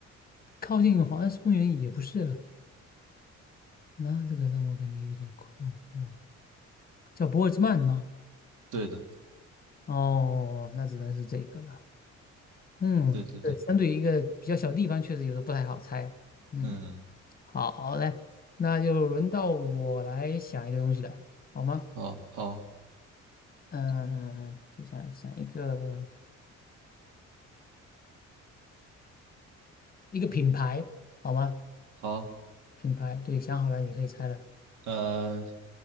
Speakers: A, on the left; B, on the right.
A: 靠近黄石公园也不是啊。那这个让我感觉有点困惑，叫博尔兹曼吗？
B: 对的，
A: 哦，那只能是这个了。嗯，
B: 对对对，
A: 对，相对于一个比较小地方，确实有的不太好猜。嗯，
B: 嗯，
A: 好嘞，那就轮到我来想一个东西了，好吗？
B: 好，好，
A: 嗯、接下来想一个一个品牌，好吗？
B: 好，
A: 品牌，对，想好了，你可以猜了。
B: 呃，